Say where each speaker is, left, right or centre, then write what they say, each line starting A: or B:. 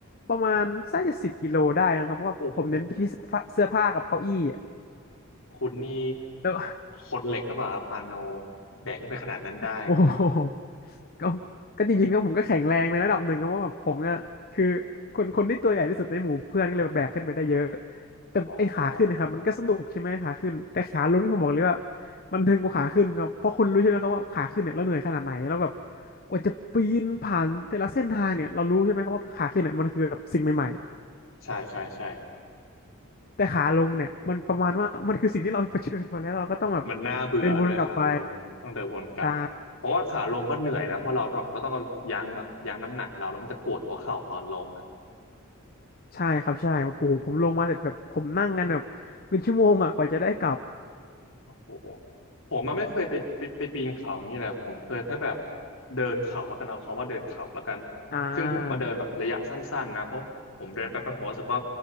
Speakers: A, on the left; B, on the left.
A: ประมาณสักจะสิบกิโลได้นะครับเพราะว่าผมเน้นไปที่เสื้อผ้าเสื้อผ้ากับเก้าอี้อะ
B: โอ้โหคุณนี่
A: แล้ว
B: คนเหล็กหรือเปล่าครับอาโนแบกขึ้นไปขนาดนั้นได้
A: โอ้โหก็ก็จริงๆก็ผมก็แข็งแรงในระดับหนึ่งครับเพราะว่าแบบผมเนี่ยคือคนคนที่ตัวใหญ่ที่สุดในหมู่เพื่อนก็เลยแบบแบกขึ้นไปได้เยอะ แต่ไอ้ขาขึ้นนะครับมันก็สนุกใช่ไหมขาขึ้นแต่ขาลงที่ผมบอกเลยว่า
B: อ๋อ
A: มันทึงกว่าขาขึ้นครับเพราะคุณรู้ใช่ไหมครับว่าขาขึ้นเนี่ยเราเหนื่อยขนาดไหนแล้วแบบกว่าจะปีนผ่านแต่ละเส้นทางเนี่ยเรารู้ใช่ไหมครับว่าขาขึ้นเนี่ยมันคือแบบสิ่งใหม่
B: ใช่ใช่ใช่
A: ๆแต่ขาลงเนี่ยมันประมาณว่ามันคือสิ่งที่เราเผชิญมาแล้วเราก็ต้องแบบ
B: มันน่าเบื่อด้วยขาลงต้องเดินวนกลับเพราะว่าขาลงก็เหนื่อยนะเพราะเราเราต้องเอายั้งแบบยั้งน้ำหนักเราแล้วมันจะปวดหัวเข่าตอนลงอ่ะ
A: เดินวนกลับไปใช่ ใช่ครับใช่โอ้โหผมลงมาเสร็จแบบผมนั่งกันแบบเป็นชั่วโมงอ่ะกว่าจะได้กลับ
B: โอ้โหผมมันไม่เคยไปไปไปปีนเขาอย่างนี้แหละผมเคยแค่แบบเดินเขาแล้วกันเอาคำว่าเดินเขาแล้วกัน
A: อ่า
B: ซึ่งผมก็เดินแบบระยะสั้นๆนะเพราะผมเดินไปประหัวรู้สึกว่า